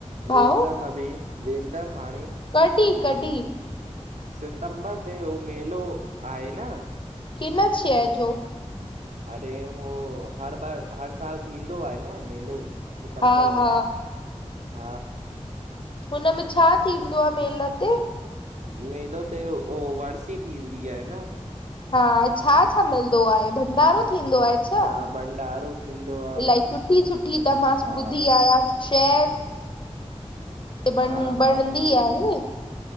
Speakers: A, on the left; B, on the right.
A: भाउ
B: वेंदम अभी वेंदम हाणे
A: कॾहिं कॾहिं
B: सितंबर ते हो मेलो आहे न।
A: किन शय जो
B: अरे हो हर बार हर साल थींदो आहे न मेलो। सितंबर
A: हा
B: जो
A: हा
B: हा
A: हुनमें छा थींदो आहे मेला ते
B: मेलो तेह हो वर्सी थींदी आहे न।
A: हा छा छा मिलंदो आहे भंडारो थींदो आहे छा
B: हा भंडारो थींदो आहे
A: इलाही सुठी सुठी त मां
B: हा
A: ॿुधी आयसि <unintelligible> बन
B: हा हा
A: ॿणंदी
B: सुठी
A: आहे
B: सुठी